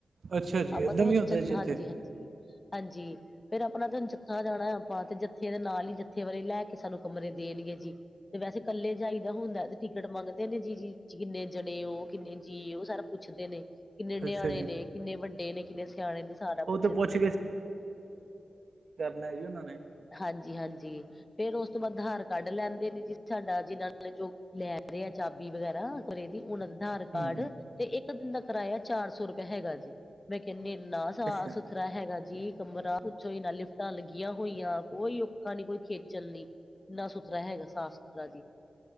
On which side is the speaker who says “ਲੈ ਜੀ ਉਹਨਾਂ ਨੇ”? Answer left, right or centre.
Right